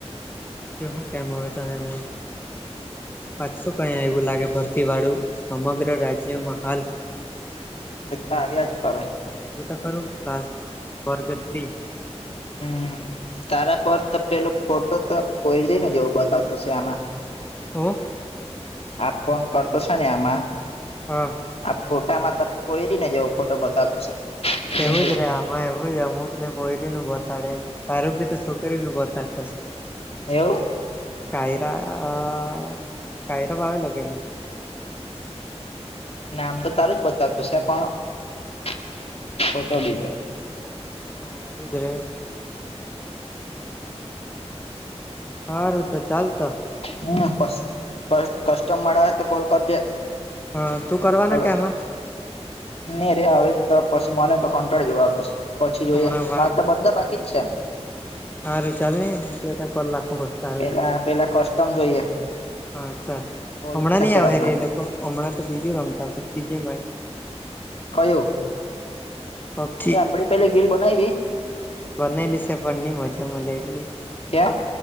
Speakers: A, on the left; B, on the left.
A: <unintelligible> પાચસું કયા એવું લાગે ભરતી વાળું સમગ્ર રાજ્યમાં હાલ. <inaudible>
B: એ તો આવ્યા જ કરે.
A: ક આવ્યું ત ખરું ક્લાસ વર્ગ થ્રી.
B: હમ તારા પર તો પેલો ફોટો તો કોઈ રહીને જોવો બતાવતો છે આમાં.
A: હો?
B: આપ ફોન કરતો છો ને આમાં.
A: હા!
B: આ ફોટામાં તો પોયરીનો જેવો ફોટો બતાવતો છે. બેંગલો
A: એવું જ રે આમાં એવું જ અમુક ને પોરીનો બતાડે એમ. તારુ તો છોકરી નું બતવાતું છે.
B: એવુ?
A: કયરા કયરા ભવે લગેને. <unintelligible>
B: નામ તો તારું જ બતાવતું છે. પણ ફોટો બીજો.
A: હા આજ રે.
B: <inaudible>
A: હારું તો ચાલતો!
B: હમ, કસ્ટમ મળ આવે તો કોલ કરજે.
A: હા, તું કરવાના
B: હવે
A: કે આમાં.
B: નહી રે હવે તો પછી મને તો કંટાળ જવા આવ તો છે. પછી જોઈએ
A: હમણાં વા
B: મારે તો બધા બાકી જ છે.
A: હારુ ચાલ ની જુએ તો કર લખશું બધા તારું
B: પેલા
A: બી
B: પેલા કસ્ટમ જોઈએ.
A: હા અચ્છા
B: બહુ ઈચ્છા
A: હમણાં નહી
B: છે
A: આવે
B: રમવાની
A: ર એ લોકો હમણાં તો બીજું રમતા બીજે માય.
B: કયું?
A: પબજી -
B: આપણી પેલી ગીલ બનાવી-
A: બનેલી છે પણ નઈ મજા મલે એટલું
B: કેમ